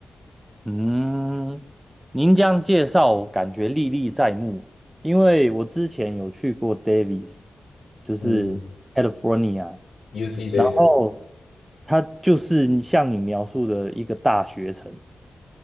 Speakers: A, on the right; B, on the left.
A: 嗯？您这样介绍，感觉历历在目。因为我之前有去过 Davis，就是
B: 嗯
A: California，
B: ，UC Davis，
A: 然后它就是像你描述的一个大学城，